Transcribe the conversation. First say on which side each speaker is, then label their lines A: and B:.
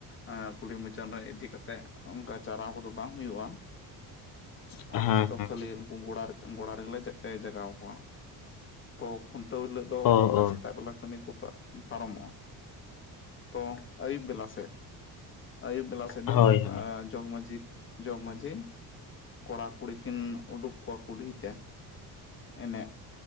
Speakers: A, on the left; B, on the left.
A: ᱟᱸ ᱠᱩᱞᱦᱤ ᱢᱩᱪᱟᱹᱫ ᱨᱮ ᱤᱫᱤ ᱠᱟᱛᱮᱜ ᱚᱱᱠᱟ ᱪᱟᱨᱦᱟᱣ ᱠᱚᱫᱚ ᱵᱟᱝ ᱦᱩᱭᱩᱜᱼᱟ
B: <unintelligible> ᱦᱮᱸ
A: ᱟᱞᱮ ᱥᱮᱫ ᱫᱚ
B: ᱦᱮᱸ
A: ᱠᱷᱟᱹᱞᱤ ᱩᱱᱠᱩ ᱜᱚᱲᱟ ᱨᱮ ᱜᱚᱲᱟ ᱨᱮᱜᱮ ᱞᱮ ᱡᱟᱜ ᱮ ᱡᱟᱜᱟᱣ ᱠᱚᱣᱟ ᱛᱚ ᱠᱷᱩᱱ ᱴᱟᱹᱣ ᱦᱤᱞᱟᱹᱜ ᱫᱚ
B: ᱚ
A: ᱚᱱᱠᱟ
B: ᱚ
A: ᱥᱮᱛᱟᱜ ᱵᱮᱞᱟ ᱠᱟᱹᱢᱤ ᱠᱚ ᱯᱟᱨᱚᱢᱚᱜᱼᱟ ᱛᱚ ᱟᱹᱭᱩᱵ ᱵᱮᱞᱟ ᱥᱮᱫ ᱟᱹᱭᱩᱵ ᱵᱮᱞᱟ ᱥᱮ ᱛᱮᱫᱚ
B: ᱦᱳᱭ ᱦᱳᱭ
A: ᱟᱡ ᱡᱚᱜᱽᱢᱟᱺᱡᱷᱤ ᱡᱚᱜᱽ ᱢᱟᱺᱡᱷᱤ ᱠᱚᱲᱟ ᱠᱩᱲᱤ ᱠᱤᱱ ᱩᱰᱩᱠ ᱠᱚᱣᱟ ᱠᱩᱞᱦᱤ ᱛᱮ ᱮᱱᱮᱡ